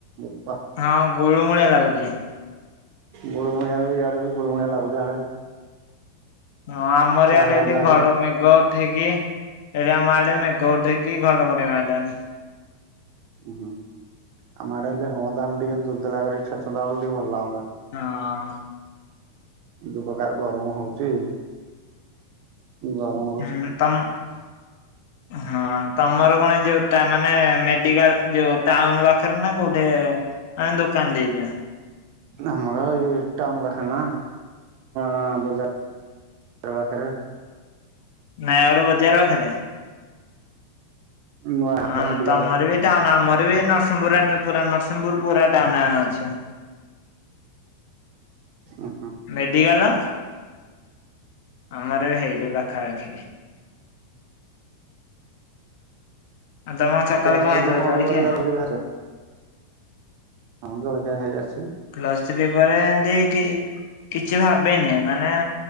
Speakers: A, on the right; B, on the left.
A: ବୋପା।
B: ହଁ ଗୁଳୁମୁଳିଆ ଲାଗୁଚି।
A: ଗୁଳୁମୁଳିଆ ବି ଇଆଡେ ବି ଗୁଳୁମୁଳିଆ ଲାଗୁଚି ଇଆଡେ।
B: ହଁ ଆମର ଇଆଡେ
A: ହୁଅନ୍ତା
B: ଏଠି
A: ହେଲେ
B: ଘର ମେଘ ଉଠେଇକି ଏଠେ ଆମ ଆଡେ ମେଘ ଉଠେଇକି ଘଡ ଘଡି ମାରିଲାଣି।
A: ଉୁ- ହୁଁ ଆମ ଆଡେ ହେଲେ ହଅନ୍ତା ହେଲେ ଟିକେ ଦୁଲ୍ ଦୁଲା କରିକି ଛେଚନ୍ତା ବଲେ ଟିକେ ଭଲ ଲାଗନ୍ତା।
B: ହଁ।
A: ଯଉ ପ୍ରକାର ଗରମ ହଉଚି କି ଗରମ
B: ହୁଁ ତମ
A: <inaudible>
B: ହଁ। ତମର କଣ ଏ ଯଉ ଟା- ମାନେ ମେଡିକାଲ୍ ଯଉ ଟାଉନୁ ପାଖେରେ ନା କଉଠେ? ଆ ଦୋକାନ ଦେଇଦିଅ।
A: ଆମର ଏଇ ଟାଉନ୍ ପାଖରେ ନା ନାଁ ବଜା ତୋ ପାଖରେ
B: ନାଇଁ ଆମର ବଜାର ପାଖରେ
A: ନୂଆ
B: ଆ
A: ମେଡିକାଲ
B: ତମରବି?
A: ଉଁ
B: ଟାଉନ୍ ଆମରବି ନରସିଂଗିପୁର ପୁରା ନରସିଂଗିପୁର ପୁରା ଟାଉନ୍ ରେ ଆମେ ଅଛୁ।
A: ଉଁ ହୁଁ।
B: ମେଡିକାଲ ଆମରବି ହେଇଟି ପାଖାପାଖିରେ। ଆଉ ତମ ସକାଳେ
A: ପ୍ଲସ୍ ଥ୍ରୀ
B: ହେଇଥିଲା
A: ପରେ କଣ
B: ଜଳଖିଆ?
A: କରିବ ବୋଲି ଭାବିଚ? ହଁ ଜଳଖିଆ ଖାଇକି ଆସିଚ।
B: ପ୍ଲସ୍ ଥ୍ରୀ ପରେ ଏମତି କି କିଛି ଭାବିନି ମାନେ